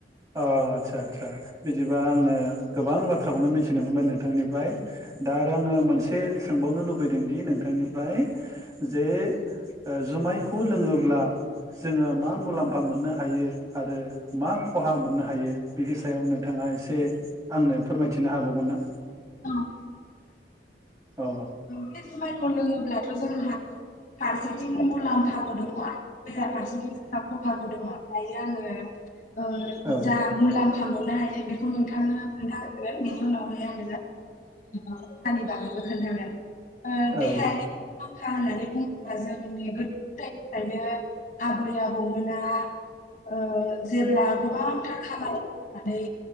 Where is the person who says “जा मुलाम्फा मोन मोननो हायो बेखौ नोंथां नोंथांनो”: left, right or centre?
Left